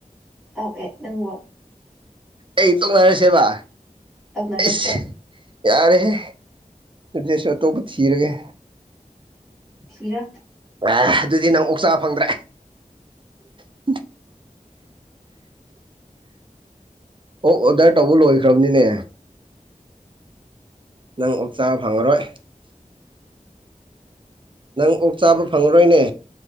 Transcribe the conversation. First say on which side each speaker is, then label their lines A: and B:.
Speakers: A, in the centre; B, on the right.
A: ꯇꯧꯋꯦ ꯅꯪꯕꯣ
B: ꯑꯩ ꯏꯇꯣꯡꯅꯔꯁꯦꯕ꯫
A: ꯇꯧꯅꯔꯁꯦ
B: ꯑꯩꯁ ꯌꯥꯔꯦꯍꯦ ꯗꯦꯁꯣꯔ ꯑꯇꯣꯞꯄ ꯊꯤꯔꯒꯦ꯫
A: ꯊꯤꯔ
B: ꯑꯦ ꯑꯗꯨꯗꯤ ꯅꯪ ꯑꯣꯛ ꯆꯥ ꯐꯪꯗ꯭ꯔꯦ꯫ <inaudible> ꯑꯣꯛ ꯑꯣꯗꯔ ꯇꯧꯕ ꯂꯣꯏꯈ꯭ꯔꯕꯅꯤꯅꯦ꯫ ꯅꯪ ꯑꯣꯛ ꯆꯥꯕ ꯐꯪꯉꯔꯣꯏ꯫ ꯅꯪ ꯑꯣꯛ ꯆꯥꯕ ꯐꯪꯂꯔꯣꯏꯅꯦ